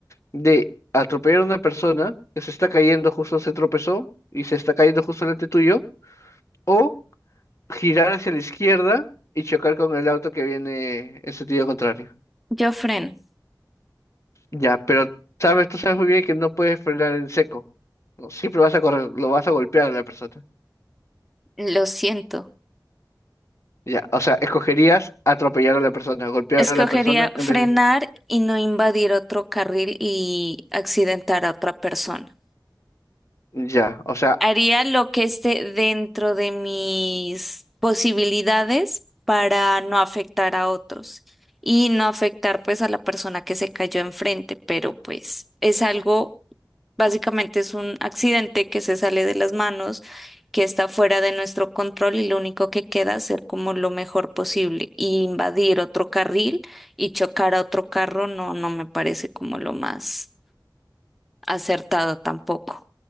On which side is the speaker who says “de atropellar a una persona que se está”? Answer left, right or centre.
Left